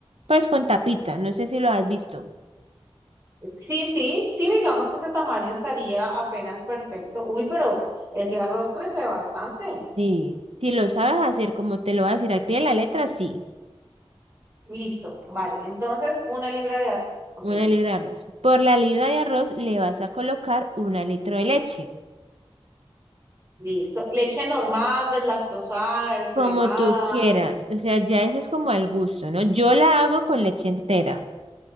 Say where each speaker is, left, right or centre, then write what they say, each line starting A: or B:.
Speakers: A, on the right (about 80°); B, on the right (about 30°).
A: Pues con tapita, no sé si lo has visto.
B: sí, sí, sí, digamos que ese tamaño estaría apenas perfecto. Uy, pero ese arroz crece bastante.
A: sí. Si lo sabes hacer como te lo vas a decir al pie de la letra, sí.
B: Listo, vale. Entonces, una libra de arroz. Ok,
A: Una libra de arroz. Por la libra de arroz le vas a colocar una litro de leche,
B: listo. Leche normal, deslactosada, descremada,
A: como tú quieras. O sea, ya eso es como al gusto, ¿no? Yo la hago con leche entera,